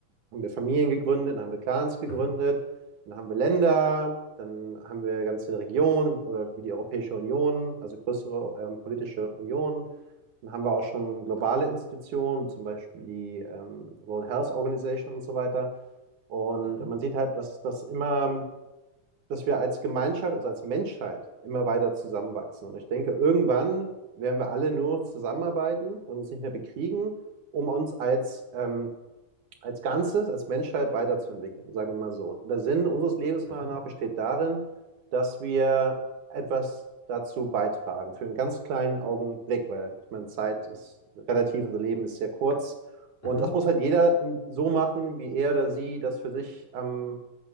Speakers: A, on the right; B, on the left.
A: haben wir Familien gegründet, dann haben wir Clans gegründet,
B: mhm,
A: dann haben wir Länder, dann haben wir ganze Regionen oder wie die Europäische Union, also größere ähm, politische Unionen. Dann haben wir auch schon globale Institutionen, zum Beispiel die ähm, World Health Organization und so weiter. Und
B: mhm,
A: man sieht halt, dass das immer dass wir als Gemeinschaft, also als Menschheit immer weiter zusammenwachsen. Und ich denke, irgendwann werden wir alle nur zusammenarbeiten und uns nicht mehr bekriegen, um uns als, ähm, als Ganzes, als Menschheit weiterzuentwickeln, sagen wir mal so. Und der Sinn unseres Lebens
B: mhm,
A: meiner Meinung nach besteht darin, dass wir etwas dazu beitragen, für einen ganz kleinen Augenblick, weil ich meine, Zeit ist relativ, unser Leben ist sehr kurz. Und
B: mhm,
A: das muss halt jeder in, so machen, wie er oder sie das für sich am